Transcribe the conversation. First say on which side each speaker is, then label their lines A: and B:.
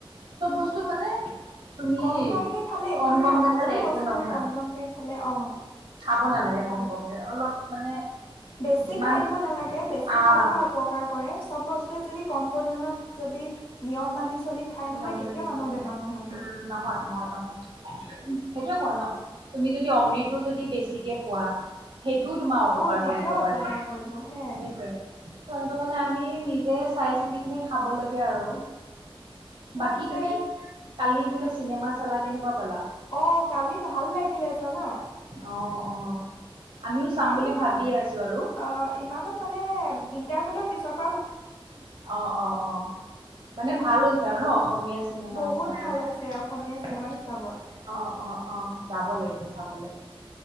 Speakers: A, on the right (about 65°); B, on the left (about 80°).
A: চব বস্তু মানে তুমি
B: কম কমকে খালে একো
A: কম
B: নহয়
A: কমকে
B: সকলো
A: খালে একো
B: বস্তু
A: নহয়।
B: কম কমকে খালে অ
A: খাব
B: একো
A: নালাগে
B: নহয় তেতিয়া
A: কম কমকে অলপ মানে
B: বেছি
A: যিমান
B: খাই দিব নালাগে বেছি
A: আহ
B: খালেহে অপকাৰ কৰে চব বস্তু যদি কম পৰিমাণত যদি নিয়ম মানি চলি খাই নহয়
A: নিয়ম
B: কেতিয়াও
A: মানি
B: মানুহৰ
A: চলে
B: বেমাৰ নহয়তো
A: উম, নহয়-নহয়-নহয় সেইটোৱে কয় ন'। তুমি যদি অমৃতো যদি বেছিকে খোৱা সেইটোও তোমাৰ অপকাৰ
B: অ তেতিয়াও
A: কৰিব
B: অপকাৰ
A: পাৰে,
B: কৰিব হে
A: সেইটোৱে সেইটো কাৰণে আমি নিজে চাই চিতি পিনে খাব লাগে আৰু
B: মোৰ
A: বাকী
B: যে
A: তুমি কালি বোলে চিনেমা চালা কেনেকুৱা পালা?
B: অ', কালি ভাল লাগিলে জানা।
A: অ', - অ', আমিও
B: ইমানো
A: চাম বুলি ভাবিয়ে আছো আৰু
B: অ', ইমানো মানে ইন্টাৰভেলৰ পিছপৰা
A: অ', - অ', - অ', মানে ভাল হৈছে আৰু ন'? অসমীয়া চিনেমা
B: বহুত
A: হিচাপে,
B: ভাল হৈছে অসমীয়া চিনেমা
A: অ',
B: হিচাপত
A: -অ', -অ', যাব লাগিব। চাবলৈ